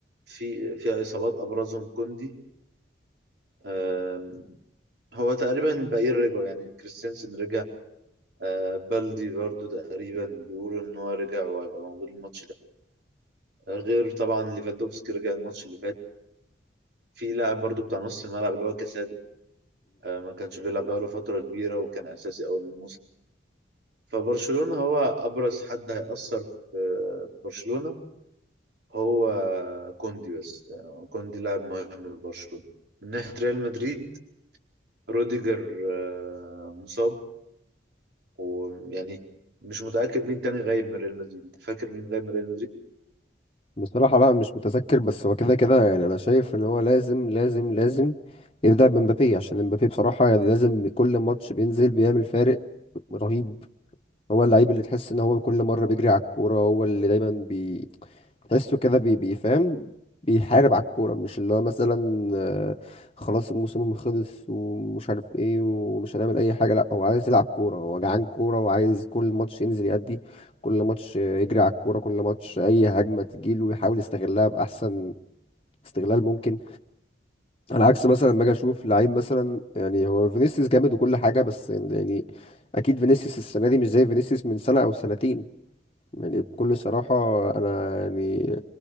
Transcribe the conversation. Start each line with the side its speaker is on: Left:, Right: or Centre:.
Right: في فيها اصابات ابرزهم كوندي آم، هو تقريبا الباقيين رجعوا يعني كريستيانسن رجع آه، بالدي برضو تقريبا بيقولوا ان هو رجع وهيبقى موجود الماتش ده غير طبعا ليفاندوفسكي رجع الماتش اللي فات في لاعب برضو بتاع نص الملعب اللي هو كاسادو آه، ما كانش بيلعب بقاله فترة كبيرة وكان اساسي اول الموسم فبرشلونة هو ابرز حد هيأثر في في برشلونة هو كوندي بس يعني كوندي لاعب مهم لبرشلونة من ناحية ريال مدريد روديجر آه، مصاب ويعني مش متأكد مين تاني غايب من ريال مدريد فاكر مين غايب من ريال مدريد
Left: بصراحة لا مش متذكر بس هو كده كده يعني أنا شايف إن هو لازم لازم لازم يبدأ بمبابي عشان مبابي بصراحة يعني لازم كل ماتش بينزل بيعمل فارق رهيب هو اللعيب اللي تحس ان هو كل مره بيجري على الكوره هو اللي دايما بي تحسه كده بي بيفهم بيحارب على الكوره مش اللي هو مثلا آه، خلاص الموسم خلص ومش عارف ايه ومش هنعمل اي حاجه لا هو عايز يلعب كوره هو جعان كوره وعايز كل ماتش ينزل يأدي كل ماتش آه، يجري على الكوره كل ماتش اي هجمه تجيله ويحاول يستغلها باحسن استغلال ممكن على عكس مثلا لما اجي اشوف لعيب مثلا يعني هو فينيسيوس جامد وكل حاجه بس يعني اكيد فينيسيوس السنه دي مش زي فينيسيوس من سنه او سنتين يعني بكل صراحة أنا يعني